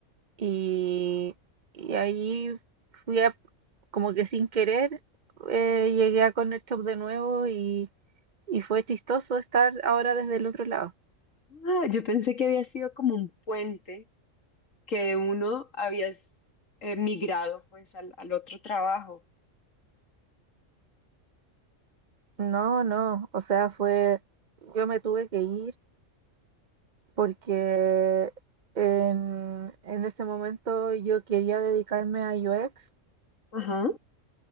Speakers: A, on the right (about 45°); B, on the left (about 80°).
A: y, y ahí fui a, como que sin querer, eh, llegué a Corner Shop de nuevo y, y fue chistoso estar ahora desde el otro lado.
B: Ah, yo pensé que había sido como un puente que de uno habías eh, migrado pues al, al otro trabajo.
A: No, no, o sea, fue, yo me tuve que ir porque en, en ese momento yo quería dedicarme a UX
B: Ajá,